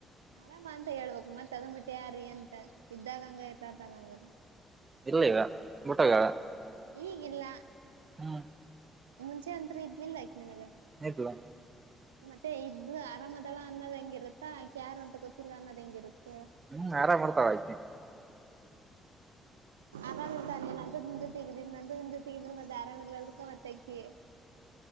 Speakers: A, on the right (about 75°); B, on the right (about 30°).
A: ಆರಾಮ ಅಂತ ಹೇಳ್ಬಬೇಕಕ್ ಮತ್ ಅದಂದ್ ಬಿಟ್ಟಿ ಯಾರೀ ಅಂತ ಇದ್ದಾಗಂಗ ಇತರ್ದಾಗಂಗ್ರ
B: ಇಲ್ಲ ಈವ ಮುಟಗಳ
A: ಈಗಿಲ್ಲ
B: ಹ್ಮ್
A: ಮುಂಚೆ ಅಂತರ ಇದ್ಲಿಲ್ಲ ಆಯಕ ನಿನಗ
B: ಇದುವಾ
A: ಮತ್ತೆ ಇದದು ಆರಾಮದಳ ಅನ್ನೋ್ ಹೆಂಗಿರುತ್ತಾ ಕ್ಯಾರ್ ಅಂತ ಗೊತ್ತಿಲ್ಲ ಅನ್ನೋ ಹೆಂಗಿರುತ್ತೆ
B: ಹ್ಮ್ ಆರಾಮ್ರ್ತಾವ ಆಕೀ
A: ಆರಾಮ ಇರ್ತಾನೆ ನಂತು ನಿಮ್ ತಗಿದೀನಿ ನಂದು ನಿ ಜೊತೆಗಿದ್ರ ಮತ್ತೆ ಆರಾಮ್ ಇರ್ರದಕ್ಕ ಮತ್ತೆ ಅಕ್ಕಿ